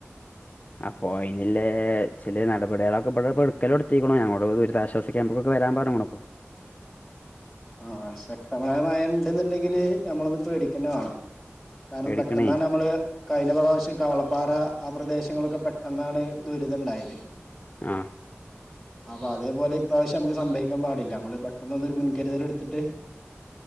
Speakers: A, on the left; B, in the centre.
A: അപ്പൊ അയിനില്ലേ ചെല നടപടികളൊക്കെ ഇവിടെ പെടുക്കല് എടുത്തിരിക്കണോ ഞങ്ങോട് ദുരിതാശ്വാസ ക്യാമ്പിലോട്ട് വരാൻ പറഞുണു
B: ആഹ് ശക്തമായ മഴ ഉണ്ട് ന്നുണ്ടെങ്കില് ഞമ്മളൊന്ന് പേടിക്കന്നെ വാണം. കാരണം
A: പേടിക്കണേ
B: പെട്ടെന്നാണമ്മള് കഴിഞ്ഞ പ്രാ വ്ശ്യം കവളപ്പാറ ആ പ്രദേശങ്ങളൊക്കെ പെട്ടെന്നാണ് ദുരിത ണ്ടായത്.
A: ആഹ്
B: അപ്പൊ അതേപോലെ ഇപ്രാവശ്യം നംക്ക് സംഭവിക്കാൻ പാടില്ല നമ്മള് പെട്ടെന്നൊന്നൊര് മുൻ കരുതല് ഇട്ത്ത്ട്ട്